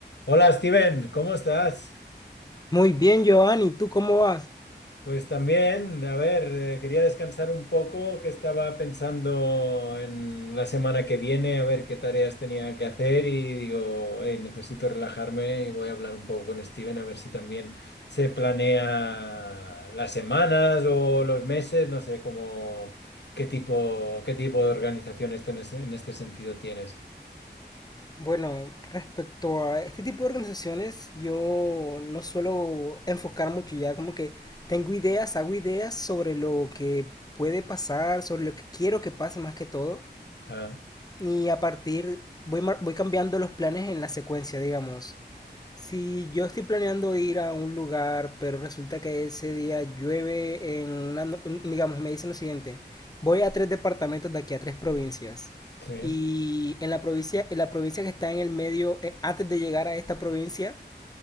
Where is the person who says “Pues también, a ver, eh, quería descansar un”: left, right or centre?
Left